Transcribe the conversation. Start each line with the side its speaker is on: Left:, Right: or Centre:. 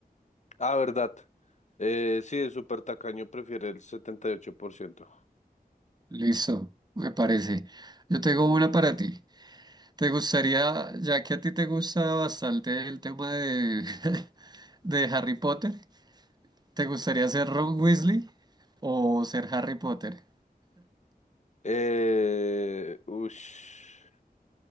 Left: Ah, verdad. Eh, sí, el súper tacaño prefiere el 78%.
Right: Listo, me parece. Yo tengo una para ti. ¿Te gustaría, ya que a ti te gusta bastante el tema de, <laughs> de Harry Potter, ¿te gustaría ser Ron Weasley o ser Harry Potter?
Left: Eh, ush,